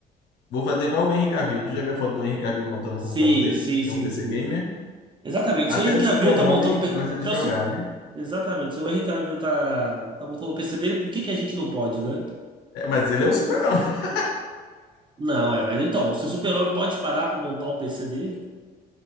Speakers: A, on the left; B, on the right.
A: Vou fazer igual o Henry Cavill. Tu já viu a foto do Henry Cavill montando
B: Sim,
A: o computador dele?
B: sim,
A: Que
B: sim,
A: é um PC
B: sim.
A: gamer.
B: Exatamente.
A: Até
B: Se o Henrique
A: o super-homem
B: Cavill tá montando pe-
A: gosta
B: até
A: de jogar,
B: o super...
A: né?
B: Exatamente. Se o Henrique Cavill tá, tá montando o PC dele, por que que a gente não pode, né?
A: É, mas ele é o super-homem. <laughs>
B: Não, é, mas então, se o super-homem pode parar pra montar o PC dele,